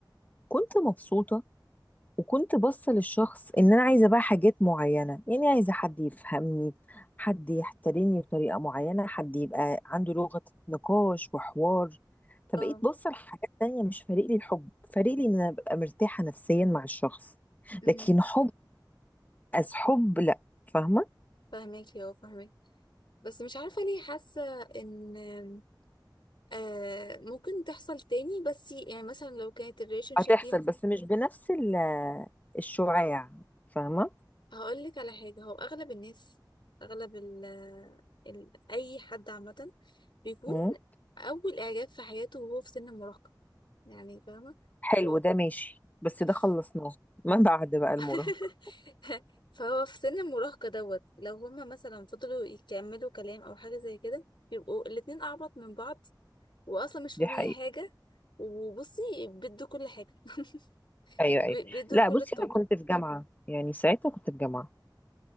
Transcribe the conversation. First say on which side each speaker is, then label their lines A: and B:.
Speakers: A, on the left; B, on the left.
A: كنت مبسوطة وكنت باصه للشخص ان انا عايزه بقى حاجات معينه يعني عايزه حد يفهمني حد يحترمني بطريقه معينه حد يبقى عنده لغه نقاش وحوار فبقيت
B: اه
A: باصه لحاجات تانية مش فارق لي الحب فارق لي ان انا ابقى مرتاحه نفسيا مع الشخص
B: امم
A: لكن حب از حب لا فاهمه
B: فاهمك يا فاهمك بس مش عارفة ليه حاسة ان آه ممكن تحصل تاني بس يعني مثلا لو كانت الريليشن
A: فهتحصل
B: شيب دي
A: بس مش بنفس ال- الشعاع فاهمه
B: هقولك على حاجة هو اغلب الناس اغلب ال ال اي حد عامة بيكون
A: مم.
B: اول اعجاب في حياته وهو في سن المراهقة يعني فاهمة
A: حلو
B: و...
A: ده ماشي بس ده
B: ف-
A: خلصناه ما بعد بقى المراهقه
B: <laughs> فهو في سن المراهقة دوت لو هما مثلا فضلوا يكملوا كلام او حاجة زي كده بيبقوا الاتنين اعبط من بعض واصلا مش فاهمين
A: دي حقيقة
B: اي حاجه وبصي بيدوا كل حاجه <laughs>
A: ايوه
B: ب-
A: ايوه
B: بيدوا
A: لا
B: كل
A: بصي
B: الطاقه
A: انا كنت في جامعه يعني ساعتها كنت في جامعه